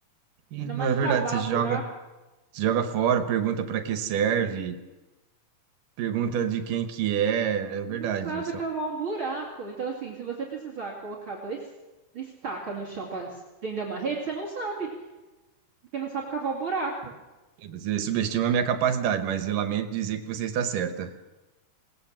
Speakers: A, on the right; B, on the right.
A: E,
B: ainda
A: na
B: mais
A: verdade,
B: cavar
A: você
B: um
A: joga,
B: buraco.
A: você joga fora, pergunta para que serve, pergunta de quem que é. É
B: Não
A: verdade.
B: sabe cavar um buraco. Então, assim, se você precisar colocar dois estaca no chão para prender uma rede, você não sabe, porque não sabe cavar o buraco.
A: Você subestima a minha capacidade, mas eu lamento dizer que você está certa.